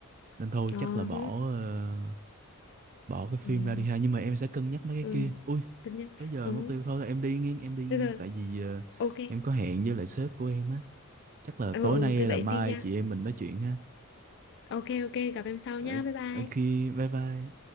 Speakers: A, on the right (about 40°); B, on the left (about 55°).
A: nên thôi
B: ờ uh
A: chắc là bỏ ờ, bỏ cái phim
B: ừ
A: ra đi ha nhưng mà em sẽ cân nhắc mấy cái
B: ừ
A: kia ui
B: cân nhắc
A: tới giờ
B: ừ
A: mất tiêu thôi em đi nghe em đi
B: Thế
A: nghe
B: giờ
A: tại vì ờ,
B: ok.
A: em có hẹn với lại sếp của em á chắc là
B: Ừ,
A: tối
B: ừ,
A: nay hay
B: thế vậy
A: là mai
B: đi nha.
A: chị em mình nói chuyện ha
B: Ok, ok, gặp em sau
A: ở,
B: nha. Bye bye.
A: ở khi bye bye